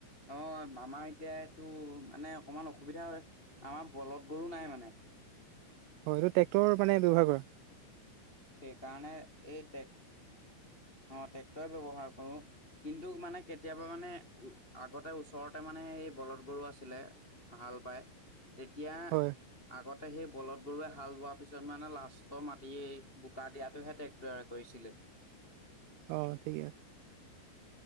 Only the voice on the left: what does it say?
অ', আমাৰ এতিয়া এইটো মানে অকমান অসুবিধা আমাৰ বলধ গৰু নাই মানে।
সেইকাৰণে এই টে অ', ট্ৰেক্টৰ এ ব্যৱহাৰ কৰো। কিন্তু, মানে কেতিয়াবা মানে, আগতে ওচৰতে মানে এই বলৎ গৰু আছিলে। হাল বায়, তেতিয়া
আগতে সেই বলধ গৰুৰে হাল বোৱাৰ পিছত মানে লাষ্টৰ মাটিয়েই বোকা দিয়াটোহে টেক তৈয়াৰ কৰিছিলে।